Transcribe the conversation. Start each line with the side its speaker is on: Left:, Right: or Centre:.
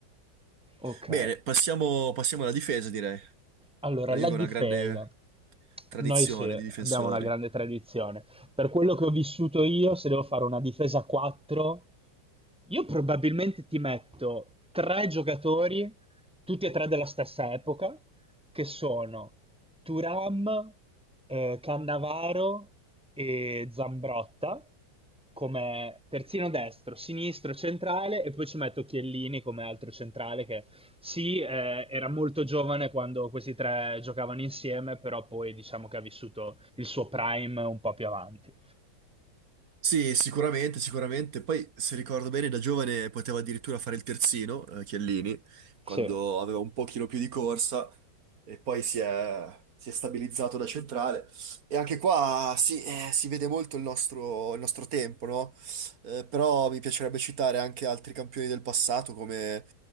Centre: Ok.
Right: Bene, passiamo, passiamo alla difesa, direi.
Centre: Allora,
Right: La
Centre: la
Right: Juve
Centre: difesa.
Right: ha una grande tradizione
Centre: Noi sì,
Right: di difensori.
Centre: abbiamo una grande tradizione. Per quello che ho vissuto io, se devo fare una difesa a 4, io probabilmente ti metto tre giocatori, tutti e tre della stessa epoca, che sono Thuram, eh, Cannavaro e Zambrotta come terzino destro, sinistro, centrale e poi ci metto Chiellini come altro centrale che sì, eh, era molto giovane quando questi tre giocavano insieme, però poi diciamo che ha vissuto il suo prime un po' più avanti.
Right: Sì, sicuramente, sicuramente. Poi, se ricordo bene, da giovane poteva addirittura fare il terzino, eh, Chiellini, quando
Centre: Sì.
Right: aveva un pochino più di corsa e poi si è, si è stabilizzato da centrale. E anche qua sì, eh, si vede molto il nostro, il nostro tempo, no? Eh, però mi piacerebbe citare anche altri campioni del passato come